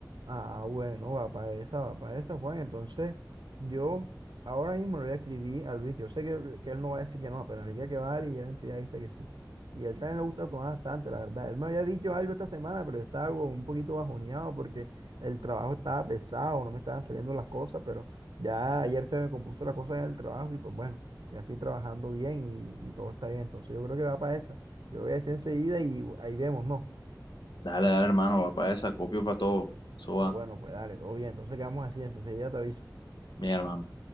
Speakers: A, on the right; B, on the left.
A: Ah, bueno, va para esa, va para esa, Juan. Entonces, yo ahora mismo le voy a escribir a Luis, que yo sé que, que él no va a decir que no, apenas le diga que vale y él enseguida dice que sí. Y él también le gusta tomar bastante, la verdad. Él me había dicho algo esta semana, pero yo estaba como un poquito bajoneado porque el trabajo estaba pesado, no me estaban saliendo las cosas, pero ya ayer se me compuso la cosa en el trabajo y pues bueno, ya estoy trabajando bien y, y todo está bien. Entonces, yo creo que va para esa. Yo lo voy a decir enseguida y ahí vemos, ¿no?
B: Dale, dale, hermano, papá, esa, copio para todo, eso
A: Ah,
B: va,
A: bueno, pues dale, todo bien. Entonces quedamos así, enseguida te aviso.
B: bien, hermano.